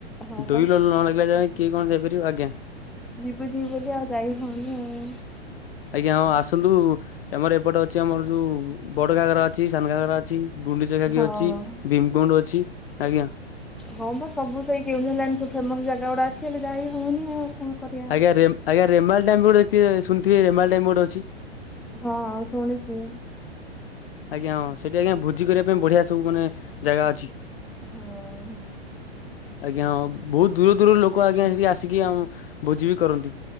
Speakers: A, in the centre; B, on the left.
A: ହଁ
B: ଦୁଇ
A: ବା
B: ଲଲ ନ ଲାଗିଲା ଯା କିଏ କଣ ଯାଇପାରିବ ଆଜ୍ଞା।
A: ବୁଝିବି ବୋଲି ଆଉ ଯାଇ ହଉନି ଆଉ।
B: ଆଜ୍ଞା ହଁ ଆସନ୍ତୁ ଆମର ଏପଟେ ଅଛି ଆମର ଯୋଉ ବଡ ଘାଗରା ଅଛି ସାନ ଘାଗରା ଅଛି। ଗୁଣ୍ଡିଚାଘାଗି
A: ହଁ
B: ଅଛି ଭୀମ କୁଣ୍ଡ ଅଛି ଆଜ୍ଞା।
A: ହଁ ବା ସବୁ ସେଇ କେଉଁଝର ଲାଇନ ସବୁ ଫେମସ ଯାଗା ଗୁଡା ଅଛି ହେଲେ ଯାଇ ହଉନି ଆଉ। କଣ କରିବା ଆଉ।
B: ଆଜ୍ଞା ରେମ୍ ଆଜ୍ଞା ରେମାଳ ଟାଇମ୍ ଗୋଟେ ଅଛି ଶୁଣିଥିବେ ରେମାଲ୍ ଟାଇମ ଗୋଟେ ଅଛି।
A: ହଁ ଶୁଣିଛି।
B: ଆଜ୍ଞା ହଁ ସେଠି ଆଜ୍ଞା ଭୋଜି କରିବା ପାଇଁ ବଢିଆ ସବୁ ମାନେ ଯାଗା ଅଛି।
A: ହଁ।
B: ଆଜ୍ଞା ଅମ। ବହୁତ ଦୂର ଦୂରରୁ ଲୋକ ଆଜ୍ଞା ସେଠି ଆସିକି ଆ ଭୋଜି ବି କରନ୍ତି।